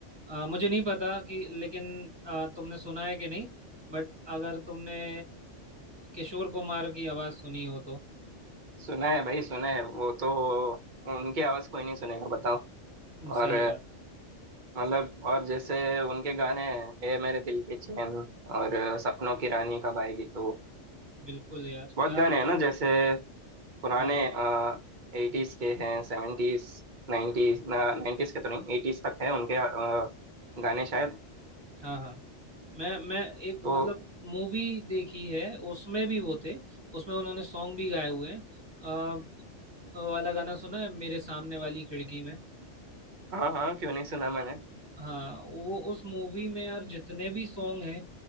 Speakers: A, on the right (about 25°); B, on the right (about 50°).
A: अ, मुझे नहीं पता कि लेकिन अ, तुमने सुना है कि नहीं बट अगर तुमने किशोर कुमार की आवाज सुनी हो तो
B: सुना है भाई सुना है वो तो उनकी आवाज कोई नहीं सुनेगा बताओ
A: हम्म,
B: और
A: सही बात
B: मतलब और जैसे उनके गाने हैं ए मेरे दिल के चैन और अ, सपनों की रानी कब आएगी तो
A: बिल्कुल यार
B: बहुत
A: क्या
B: गाने हैं ना जैसे पुराने
A: हाँ हाँ
B: एटीज के हैं सेवेंटीज नाइन्टीज नाइन्टीज के तो नहीं एटीज तक हैं उनके अ, गाने शायद
A: हाँ हाँ मैं मैं एक
B: तो
A: मतलब मूवी देखी है उसमें भी वो थे उसमें उन्होंने सॉन्ग भी गाए हुए हैं अ, वो वाला गाना सुना है मेरे सामने वाली खिड़की में
B: हाँ हाँ क्यों नहीं सुना मैंने
A: हाँ वो उस मूवी में यार जितने भी सॉन्ग हैं